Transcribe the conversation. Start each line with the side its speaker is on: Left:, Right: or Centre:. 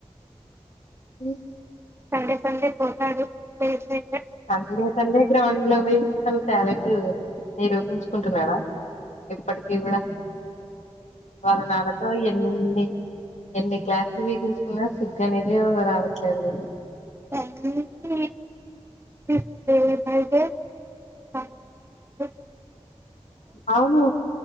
Left: హ్మ్
Right: సండే సండే పోతాడు లేట్ గా
Left: సండే సండే గ్రౌండ్ లో పోయి తన టాలెంటూ నిరూపించుకుంటున్నాడా ఇప్పుడు ఈ కూడా వాళ్ళ నాన్న తో ఎన్ని ఎన్ని క్లాసులు పిగించుకున్నా సిగ్ అనేది రావట్లేదు కదా
Right: టైం లిమిట్ ను ఇప్పు రేపు అయితే <unintelligible>
Left: అవును